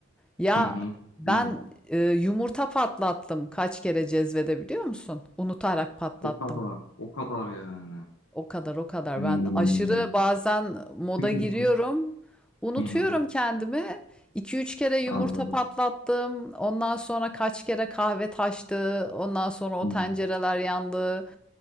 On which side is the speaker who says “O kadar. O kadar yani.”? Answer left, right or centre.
Left